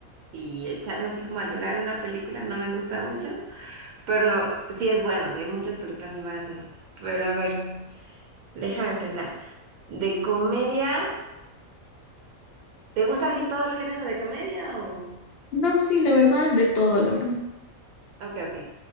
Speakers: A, on the right; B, on the left.
A: Y echarme así como a llorar en una película no me gusta mucho, pero sí es bueno, sí, hay muchas películas me van a hacer. Pero a ver, déjame pensar. ¿De comedia? ¿Te gusta así todo el género de comedia o...?
B: No, sí, la verdad, de todo, la verdad.
A: Ok, ok.